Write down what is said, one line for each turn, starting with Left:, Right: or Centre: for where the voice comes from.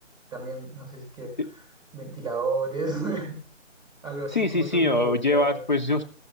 Centre: también, no sé si es que
Left: eh,
Centre: ventiladores, <laughs> algo así
Left: sí,
Centre: como
Left: sí, sí,
Centre: esos mini
Left: o
Centre: ventiladores.
Left: llevar, pues yo